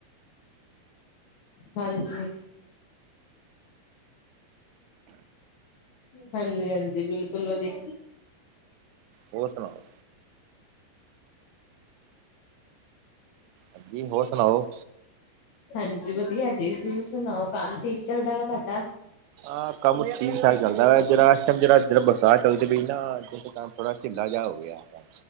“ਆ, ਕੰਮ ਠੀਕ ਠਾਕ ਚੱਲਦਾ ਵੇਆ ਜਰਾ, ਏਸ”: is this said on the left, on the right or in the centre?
Right